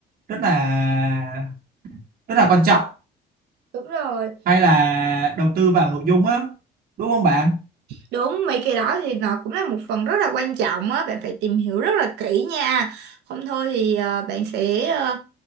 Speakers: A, on the right; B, on the right.
A: rất là rất là quan trọng
B: Đúng rồi.
A: hay là đầu tư vào nội dung á đúng không bạn
B: Đúng, mấy cái đó thì nó cũng là một phần rất là quan trọng á, bạn phải tìm hiểu rất là kỹ nha. Không thôi thì ờ, bạn sẽ ờ,